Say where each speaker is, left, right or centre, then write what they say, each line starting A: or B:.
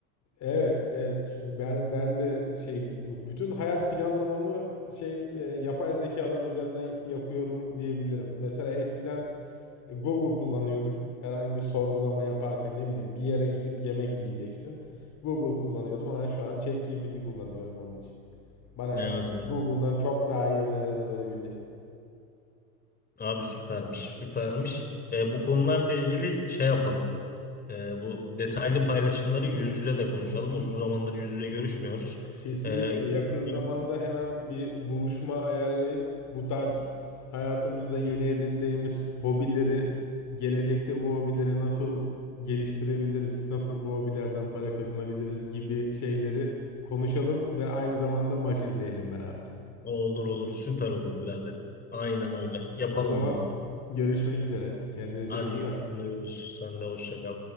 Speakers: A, on the left; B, on the left.
A: Evet, evet. Çünkü Ben ben de şey bütün hayat planlamamı şey e, yapay zekalar üzerinden yapıyorum diyebilirim. Mesela eskiden e, Google kullanıyorduk. Herhangi bir sorgulama yaparken ne bileyim bir yere gidip yemek yiyeceksin. Google kullanıyordum ama şu an ChatGPT kullanıyorum onun için. Bana
B: Evet, evet.
A: Google'dan çok daha iyi öneriler verebiliyor.
B: Abi süpermiş süpermiş. Eee, bu konularla ilgili şey yapalım. Ee, bu detaylı paylaşımları yüz yüze de konuşalım. Uzun zamandır yüz yüze görüşmüyoruz.
A: Kesinlikle
B: Ee,
A: yakın zamanda
B: bir-
A: hemen bir buluşma ayarlayıp bu tarz hayatımızda yeni edindiğimiz hobileri, gelecekte bu hobileri nasıl geliştirebiliriz, nasıl bu hobilerden para kazanabiliriz gibi şeyleri konuşalım ve aynı zamanda maç izleyelim beraber.
B: olur olur süper olur birader. Aynen öyle. Yapalım
A: O zaman
B: bunu.
A: görüşmek üzere. Kendine
B: Hadi
A: çok iyi
B: görüşürüz.
A: bak.
B: Sen de hoşça kal.